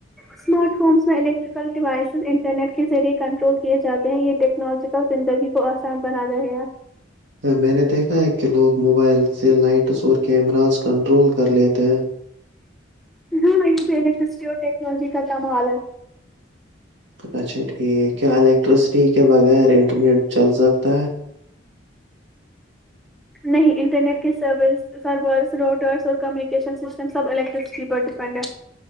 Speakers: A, in the centre; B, on the right.
A: اسمارٹ فونس میں الیکٹریکل ڈیوائسز انٹرنیٹ کے ذریعے کنٹرول کیے جاتے ہیں یہ ٹیکنالوجیکل زندگی کو آسان بنا رہے
B: میں نے دیکھا ہے کہ لوگ موبائل سے لائٹس اور کیمراز کنٹرول کر لیتے ہیں
A: ہاں یہ پہ الیکٹرسٹی اور ٹیکنالوجی کامال ہے
B: اچھا ٹھیک کیا الیکٹرسٹی کے بغیر انٹرنیٹ چل سکتا ہے
A: نہیں انٹرنیٹ کی سروس سرورس روٹرس اور کمیونیکیشن سسٹم سب الیکٹرسٹی پر ڈیپینڈ ہے